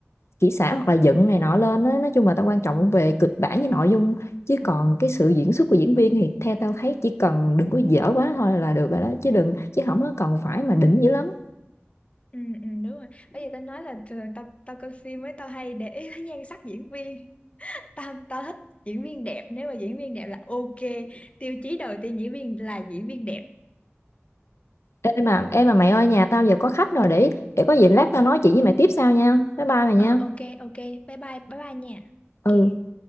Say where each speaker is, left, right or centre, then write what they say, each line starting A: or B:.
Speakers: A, on the left; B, on the left.
A: kỹ xảo hoặc là dựng này nọ lên á nói chung là tao quan trọng về kịch bản với nội dung chứ còn cái sự diễn xuất của diễn viên thì theo tao thấy chỉ cần đừng có dở quá thôi là được rồi đó chứ đừng chứ không có cần phải mà đỉnh dữ lắm
B: ừ, ừ đúng rồi bây giờ tao nói là thường tao tao coi phim ấy tao hay để <laughs> ý tới nhan sắc diễn viên tao tao thích diễn viên đẹp nếu mà diễn viên đẹp là ok tiêu chí đầu tiên diễn viên là diễn viên đẹp
A: em mà em mà mày ơi nhà tao giờ có khách rồi để để có gì lát tao nói chuyện với mày tiếp sau nha bye bye mày nha
B: Ờ ok ok bye bye bye bye nha Ok
A: ừ